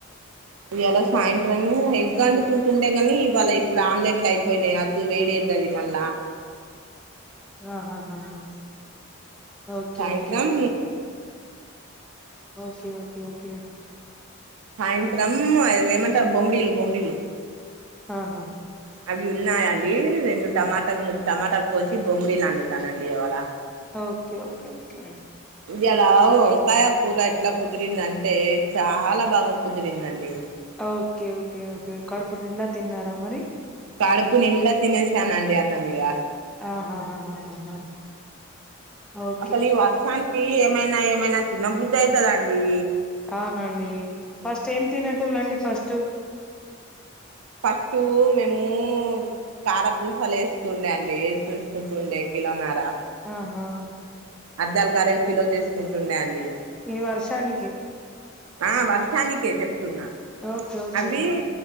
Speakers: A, on the right (about 85°); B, in the centre.
A: ఇయ్యాలా సాయంత్రం ఎగ్ అండుకుంటుండే గానీ ఇవాళ ఇప్పుడు ఆమ్లెట్లు అయిపోయినయి అద్దు వేడి అయి తది మళ్ళా
B: ఆహాహా హా హా ఓకే
A: సాయంత్రం
B: ఓకే ఓకే ఓకే ఓకే ఓకే
A: సాయంత్రమ్మ్ ఇది ఏమంటర్ బొంమ్డీలు బొంమ్డీలు
B: ఆహాహా
A: అవి ఉన్నాయండీ రెండు టమాటాలు మూడు టమాటాల్ కోసి బొంమ్డీలు వండుతానండి ఇవాళా.
B: ఓకే ఓకే ఓకే
A: ఇయ్యాలా వంకాయ కూర ఎట్లా కుదిరిందంటే చాలా బాగా కుదిరిందండి.
B: ఆ ఓకే ఓకే ఓకే కడుపు నిండా తిన్నారా మరి.
A: కడుపు నిండా తినేశాన్ అండి అన్నం ఇగా
B: ఆహా హా హా హా హా ఓక్
A: అసలు ఈ వర్షానికీ ఏమైనా ఏమైనా తినబుద్ధి అయితదండీ.
B: అవునండీ ఫస్ట్ ఏం తినేటోళ్ళండి ఫస్టు
A: ఫస్టూ మేమూ కార పూసలు ఏస్తుండే అండి ఏసి ఉంచుకుంటుండే కిలోనరా.
B: ఆహా
A: అద్దాలు గారేల్ కిలో చేసుకుంటుండే అండి
B: ఈ వర్షానికి
A: ఆ వర్షానికే చెప్తున్నా
B: ఓకే ఓకే
A: అవ్వీ
B: ఓకే